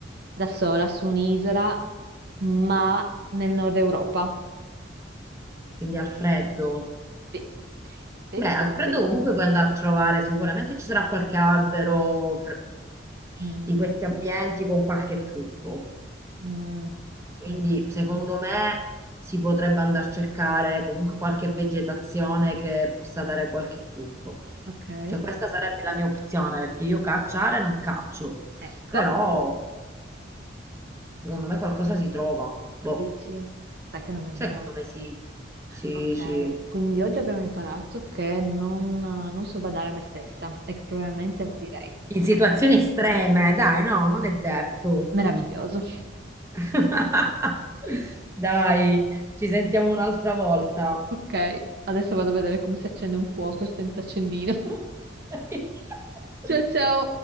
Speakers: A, on the right (about 55°); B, on the right (about 15°).
A: da sola su un'isola, ma nel nord Europa?
B: quindi al freddo.
A: Sì, sì,
B: Beh, al
A: sì,
B: freddo
A: sì.
B: comunque puoi andare a trovare, sicuramente ci sarà qualche albero fr-
A: Mm.
B: di questi ambienti con qualche frutto.
A: Mm,
B: Quindi
A: mm,
B: secondo me si potrebbe andare a cercare comunque qualche vegetazione che possa dare qualche frutto.
A: ok,
B: Cioè questa sarebbe la mia opzione, perché io cacciare non caccio,
A: ecco,
B: però secondo me qualcosa si trova. Boh,
A: dici, sai che non ho idea.
B: secondo me sì. Sì,
A: Ok,
B: sì.
A: quindi oggi abbiamo imparato che non, non so badare a me stessa e che probabilmente morirei.
B: In situazioni
A: Ok,
B: estreme, dai, no, non è detto.
A: meraviglioso.
B: <laughs> Dai, ci sentiamo un'altra volta.
A: Ok, adesso vado a vedere come si accende un fuoco senza accendino.
B: <laughs>
A: <laughs> Ciao ciao!